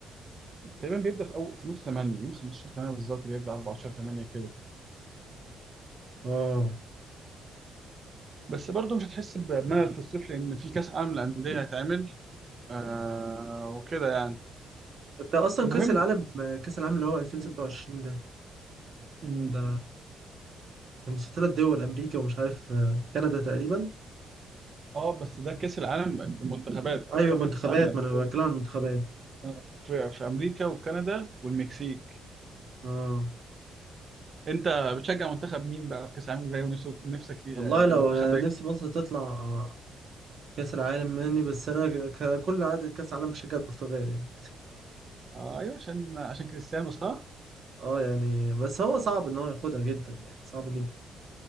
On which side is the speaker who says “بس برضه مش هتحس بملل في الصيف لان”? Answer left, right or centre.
Right